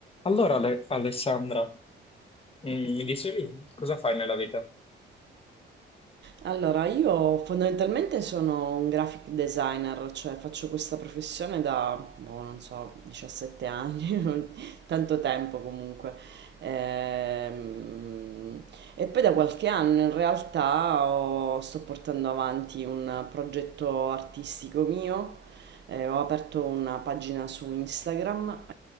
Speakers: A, on the left (about 30°); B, on the right (about 60°).
A: Allora, Ale- Alessandra, mm, mi dicevi cosa fai nella vita?
B: Allora, io fondamentalmente sono un graphic designer, cioè faccio questa professione da, boh, non so, 17 anni, <laughs> tanto tempo comunque. Ehm, E, poi da qualche anno in realtà ho- sto portando avanti un progetto artistico mio. Eh, ho aperto una pagina su Instagram,